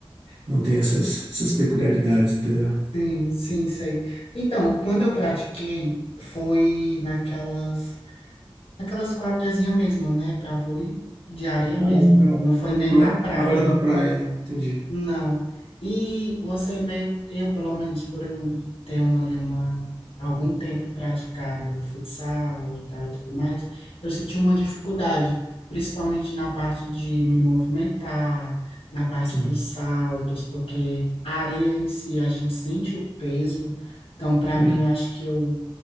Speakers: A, on the right; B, on the left.
A: não tem essas, essas peculiaridades, entendeu?
B: Sim, sim, sei. Então, quando eu pratiquei, foi naquelas, naquelas quadrazinhas mesmo, né, para vôlei de areia
A: Ah,
B: mesmo.
A: legal.
B: Não foi
A: Não,
B: nem na
A: é-
B: praia.
A: não era na praia, né? Entendi.
B: Não. E você é meio, eu pelo menos, por eu ter uma, ali uma, algum tempo praticado futsal e tal e tudo mais, eu senti uma dificuldade, principalmente na parte de me movimentar, na parte
A: Sim,
B: dos saltos, porque a areia em si a gente sente o peso, então para mim
A: é,
B: eu acho que eu